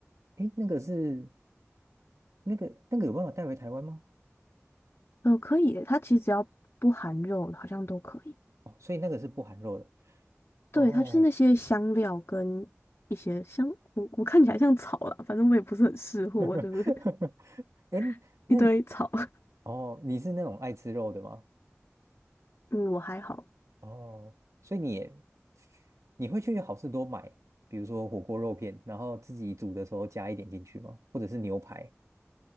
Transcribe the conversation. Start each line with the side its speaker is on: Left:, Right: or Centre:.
Right: 哎，那个是。那个那个有办法带回台湾吗？
Left: 嗯，可以耶它其实只要不含肉，好像都可以。
Right: 哦，所以那个是不含肉的。
Left: 对，
Right: 哦，
Left: 它就是那些香料跟一些香，我我看起来像草啦，反正我也不是很识货，
Right: <laughs>
Left: 就是
Right: 哎那
Left: <laughs> 一堆草。<laughs>
Right: 哦，你是那种爱吃肉的吗？
Left: 嗯，我还好。
Right: 哦，所以你也你会去好事多买，比如说火锅肉片，然后自己煮的时候加一点进去吗？或者是牛排？